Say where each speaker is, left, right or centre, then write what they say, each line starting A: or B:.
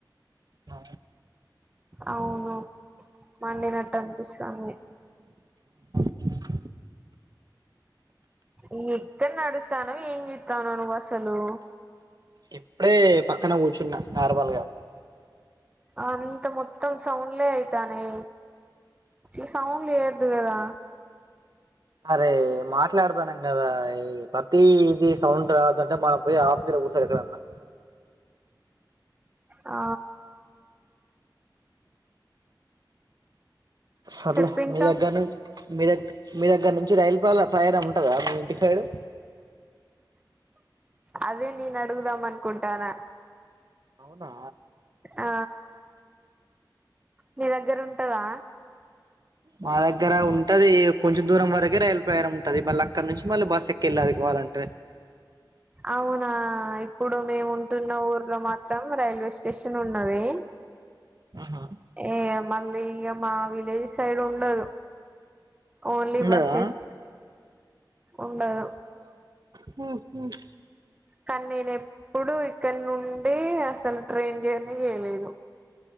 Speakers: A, on the right; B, on the right.
A: అ
B: అవును మండినట్టు పంపిస్తాంది
A: ఆ
B: ఈ ఎక్కడ నడుస్తాను ఏం చెత్తాను నువ్వు అసలు
A: ఎప్పుడే పక్కన కూర్చున్న నార్మల్గా
B: అంత మొత్తం సౌండ్లే అయితానే ఈ సౌండ్లు ఎయోద్దు గదా
A: అరే మర్ మాట్లాడతాన్నాం గదా ఈ ప్రతి ఇది సౌండ్ రావదుంటే మనం పోయి ఆఫీసులో కూర్చోవాలా ఎక్కడున్నా
B: ఆ
A: సర్లే
B: చెప్పు ఇంకా
A: మీ గనీ మీరే మీరే‌ గాని రైల్పాల ప్రయాణ ఉంటందా మీ ఇంటి సైడు
B: అదే నేను అ అడుగుదాం అనుకుంటానా
A: అవునా
B: ఆ మీ దగ్గర ఉంటదా
A: మా దగ్గర ఉంటది కొంచెం దూరం వరకె రైలుపయానం ఉంటది. మళ్ళీ అక్కడ నుంచి మళ్ళీ బస్సు ఎక్కి వెళ్ళలి కావాలంటే.
B: అవునా ఇప్పుడు మేము ఉంటున్నా ఊర్ లో మాత్రం రైల్వే స్టే శేషన్ ఉన్నది
A: ఆహా
B: ఏయం మళ్ళీ ఇగా మా విలేేజ్ సైడ్ ఉండదు. ఓన్లీ
A: ఉండదా
B: బస్సెస్ ఉండదు.
A: హ్మ్మ్ హ్మ్మ్
B: కానీ నేను ఎప్పుడూ ఇక్కడ నుండి అసలు ట్రైన్ జర్నీ చేయలేదు.